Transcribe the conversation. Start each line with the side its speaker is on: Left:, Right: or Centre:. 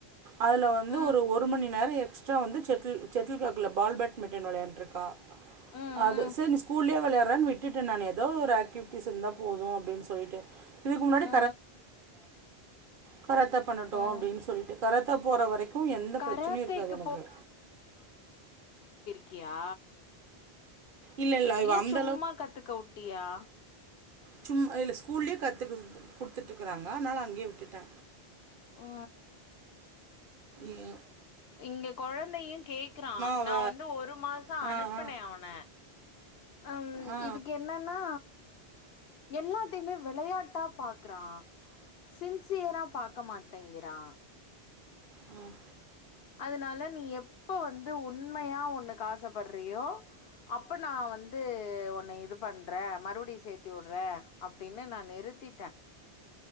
Right: அதுல வந்து
Left: ம்
Right: ஒரு ஒரு மணி நேர எக் ஸ்ட்ரா வந்து செட்டில் செட்டில் கார்க் இல்ல பால் பேட்மிட்டன் வெளையாண்ட்ருக்கா
Left: ம்
Right: அது
Left: ம்
Right: செரி நீ ஸ்கூல்லயே வெளயாடு றன் விட்டுட்ட நானு எதோ ஒரு ஆக்டிவிட்டிஸ் இருந்தா போது அப்டின் சொல்ட்டு இதுக்கு முன்னாடி
Left: ம்
Right: கரத்தே பண்ணட்டு அப்டின்
Left: ம்
Right: சொல்ட்டு கராத்தா போற வரைக்கு எந்த
Left: கராத்தேக்கு
Right: பிரச்சனையு இருக்காது எனக்கு
Left: கியா
Right: இல்லை இல்லை இவ
Left: இல்ல
Right: அந்த
Left: சும்மா கத்துக்க வுட்டியா
Right: சும் இல்ல ஸ்கூல்லயே கத்து குடு குடுத்துட்ருக்கறாங்க அதனால அங்கயே விட்டுட்டே
Left: ஆ
Right: ஏ
Left: இங்க கொழந்தையு கேக்கறா
Right: அவ
Left: நா வந்து ஒரு மாச
Right: ஆ
Left: அனுப்புனே
Right: ஆ
Left: அவன ம்
Right: ஆ
Left: இதுக்கு என்னன்னா எல்லாத்தைமே வெளையாட்டா பாக்கறா சின்சியரா பாக்க மாட்டேங்கிறா
Right: ம்
Left: அதனால நீ எப்ப வந்து உண்மையா ஒண்ணுக்கு ஆசைப்படுறியோ அப்ப நா வந்து உன்ன இது பண்றே மறுபிடியு சேத்தி வுட்றே அப்டின்னு நான் நிறுத்திட்டேன்